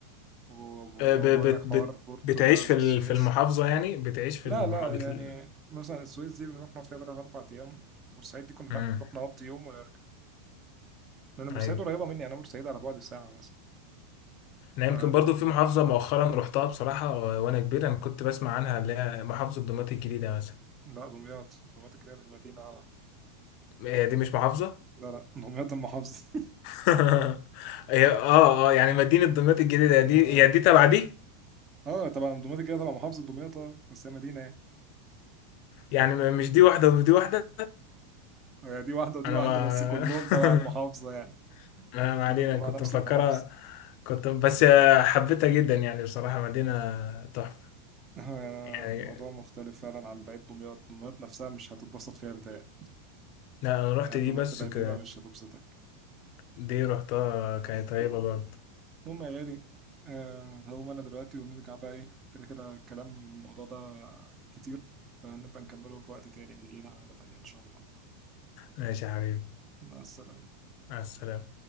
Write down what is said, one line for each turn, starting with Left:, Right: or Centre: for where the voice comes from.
Right: و- وزي
Left: آه، ب...
Right: ما بقول
Left: بت...
Right: لك حوار
Left: بت...
Right: بورتو
Left: بتعيش
Right: ده في
Left: في ال-
Right: السويس
Left: في المحافظة يعني بتعيش في
Right: لا
Left: المحافظة
Right: لا يعني
Left: بت...
Right: مثلا السويس دي بنروح نقعد فيها تلات أربع أيام بورسعيد دي كنا
Left: مم.
Right: لا بنروح نقضي يوم ونرجع لأن بورسعيد
Left: ايوه
Right: قريبة مني أنا بورسعيد على بعد ساعة مثلا
Left: انا
Right: ف
Left: يمكن برضو في محافظة مؤخرا رحتها بصراحة و... وانا كبير انا كنت بسمع عنها اللي هي محافظة دمياط الجديدة مثلا
Right: لا دمياط دمياط الجديدة المدينة اه
Left: هي دي مش محافظة
Right: لا لا دمياط المحافظة
Left: <laughs> هي اه اه يعني مدينة دمياط الجديدة
Right: <laughs>
Left: دي
Right: اه
Left: هي دي تبع دي
Right: آه، طبعا دمياط الجديدة تبع محافظة دمياط اه بس هي مدينة يعني
Left: يعني م- مش دي واحدة ودي واحدة
Right: هي دي واحدة ودي
Left: انا
Right: واحدة
Left: ما
Right: بس كلهم تبع المحافظة يعني
Left: <laughs> انا ما
Right: كلهم
Left: علينا
Right: تبع
Left: كنت
Right: نفس
Left: مفكرها
Right: المحافظة
Left: كنت بس حبيتها جدا يعني بصراحة مدينة تحفة
Right: <laughs> آه، يعني
Left: يعني
Right: الموضوع مختلف فعلا عن بقية دمياط دمياط نفسها مش هتتبسط فيها بتهيألي
Left: لا انا رحت
Right: الأدوات
Left: دي بس
Right: القديمة
Left: ك...
Right: مش هتبسطك
Left: دي رحتها كانت طيبة برضه
Right: المهم يا غالي آه هقوم أنا دلوقتي ونرجع بقى إيه كده كده الكلام الموضوع ده كتير فنبقى نكمله في وقت تاني يعني لينا قعدة تانية إن شاء الله
Left: ماشي يا حبيبي
Right: مع السلامة
Left: مع السلامة